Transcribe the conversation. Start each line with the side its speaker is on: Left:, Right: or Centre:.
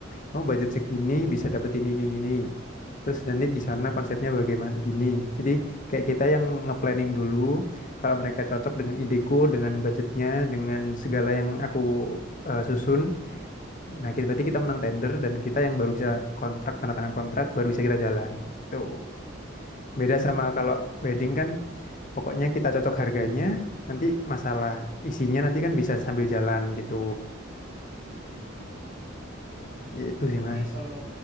Left: kamu budget segini bisa dapat ini ini ini. ini." Terus nanti di sana konsepnya bagaimana gini. Jadi kayak kita yang nge-planning dulu kalau mereka cocok dengan ideku, dengan budgetnya, dengan segala yang aku eh, susun. Nah, kita berarti kita menang tender dan kita yang baru bisa kontrak, tanda tangan kontrak, baru bisa kita jalan. Tuh. Beda
Right: Hmm,
Left: sama kalau wedding kan, pokoknya kita cocok harganya, nanti masalah isinya nanti kan bisa sambil jalan gitu.
Right: iya iya iya. iya. Oh,
Left: Itu sih,
Right: tapi
Left: Mas.
Right: kalau